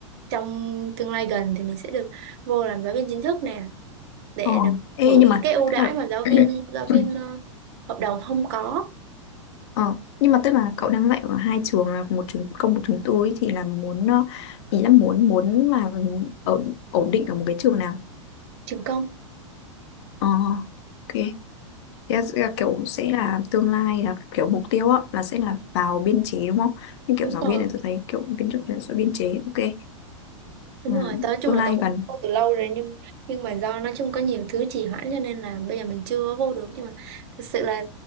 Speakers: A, on the right; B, on the left.
A: trong tương lai gần thì mình sẽ được vô làm giáo viên chính thức nè để
B: Ờ.
A: được
B: Ê,
A: hưởng
B: nhưng
A: những
B: mà
A: cái ưu
B: tức
A: đãi
B: là
A: mà giáo viên
B: <clears throat>
A: giáo viên ờ, hợp đồng không có
B: ờ, nhưng mà tức là cậu đang dạy ở hai trường là một trường công một trường tư ấy, thì là muốn ờ, ý là muốn muốn là ở ổn định ở một cái trường nào?
A: trường công
B: Ờ, ok. Thế là, sẽ là kiểu sẽ là tương lai là kiểu mục tiêu á là sẽ là vào biên chế đúng không? Nhưng kiểu
A: đúng
B: giáo
A: rồi
B: viên này tôi thấy kiểu biên chức là sẽ biên chế ok.
A: đúng
B: Ừ,
A: rồi tớ nói chung
B: tương
A: là
B: lai
A: tớ cũng
B: gần.
A: vô từ lâu rồi nhưng nhưng mà do nói chung có nhiều thứ trì hoãn cho nên là bây giờ mình chưa vô được nhưng mà thật sự là